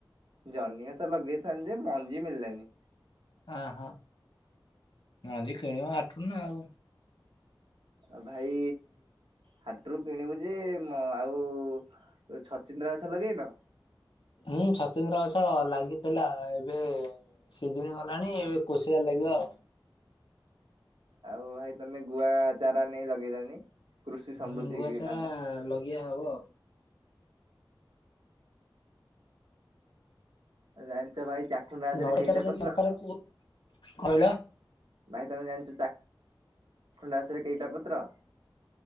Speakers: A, on the right; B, on the left.
A: ଜହ୍ନି ଗଛ ଲଗେଇଥାନ୍ତି ଯେ ମଞ୍ଜି ମିଳିଲାନି।
B: ଅଁ ହଁ ମଞ୍ଜି କିଣିବ ହାଟୁରୁ ନା ଆଉ।
A: ଅ ଭାଇ ହାଟୁରୁ କିଣିବୁ ଯେ ମ ଆଉ ଛ ଚିନ୍ଦ୍ରା ଗଛ ଲଗେଇନ?
B: ଉଁ ଛଚିନ୍ଦ୍ରା ଗଛ ଲାଗିଥିଲା ଏବେ ସିଜିନି ଗଲାଣି ଏବେ କୋଶିଳା ଲାଗିବ ଆଉ।
A: ଆଉ ଭାଇ ତମେ ଗୁଆ ଚାରା ନେଇ ଲଗେଇଲନି? କୃଷି ସମୃଦ୍ଧି
B: ହୁଁ ଗୁଆଚାରା
A: ହେଇଥାନ୍ତା
B: ଲଗିଆ ହବ ଆଉ।
A: ଆଉ ଜାଣିଚ ଭାଇ ଚାଖୁଣ୍ଡା ଗଛରେ
B: ନଡିଆ
A: କେଇଟା
B: ଚାରା ଯଦି
A: ପତ୍ର?
B: ଦରକାର କୁ କହିଲ
A: ଭାଇ ତମେ ଜାଣିଚ ଚା ଖୁଣ୍ଡା ଗଛରେ କେଇଟା ପତ୍ର?